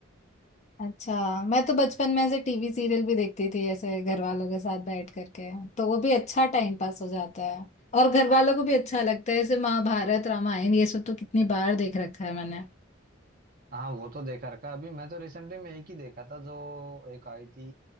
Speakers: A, on the left; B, on the right.
A: अच्छा मैं तो बचपन में ऐसे टीवी सीरियल भी देखती थी ऐसे घर वालों के साथ बैठ करके तो वो भी अच्छा टाइम पास हो जाता है और घर वालों को भी अच्छा लगता है जैसे महाभारत रामायण ये सब तो कितनी बार देख रखा है मैंने
B: हाँ वो तो देखा रखा है। अभी मैं तो रिसेंटली में एक ही देखा था जो एक आई थी